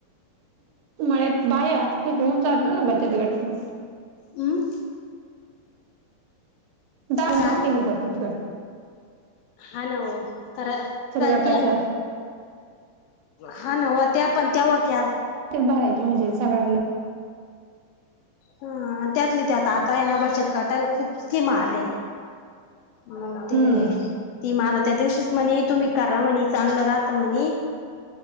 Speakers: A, on the right; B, on the left.
A: मळ बाया होऊन जातो ना बचत गट म
B: हम्म
A: दहादा
B: काय
A: तन बचतट
B: हा नव तररा
A: बचत
B: का
A: गटाच्या
B: केला. हा ना व ते आपण तेव्हा क
A: चरायचे म्हणजे सगळ्यांला
B: हा त्यातली त्यात आता आहे ना बचत घाटायला खूप स्कीम आलेय मग ते
A: हम्म
B: ती मार त्या दिवशीच म्हणे तुम्ही करा म्हणे चांगलं राहत म्हणे